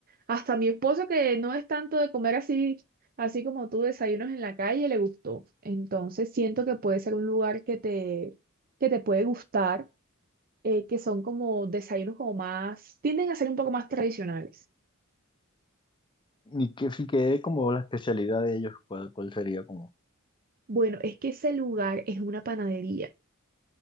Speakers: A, on the right; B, on the left.
A: Hasta mi esposo, que no es tanto de comer así, así como tú, desayunos en la calle, le gustó. Entonces siento que puede ser un lugar que te, que te puede gustar eh, que son como desayunos como más, tienden a ser un poco más tradicionales.
B: Y que si quedé como la especialidad de ellos, ¿cuál, cuál sería como?
A: Bueno, es que ese lugar es una panadería.